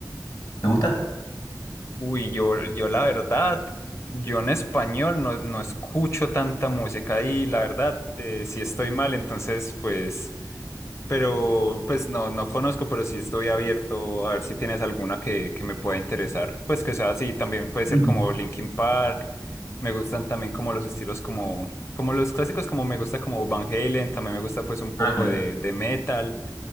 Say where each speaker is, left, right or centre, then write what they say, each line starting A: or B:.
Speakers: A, on the left; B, on the left.
A: te gusta?
B: Uy, yo, yo la verdad, yo en español no, no escucho tanta música y la verdad, eh, si estoy mal, entonces pues, pero pues no, no conozco, pero sí estoy abierto a ver si tienes alguna que, que me pueda interesar. Pues que sea así, también puede
A: Mm.
B: ser como Linkin Park, me gustan también como los estilos como, como los clásicos, como me gusta como Van Halen, también me gusta pues un poco
A: Ah, claro,
B: de, de metal.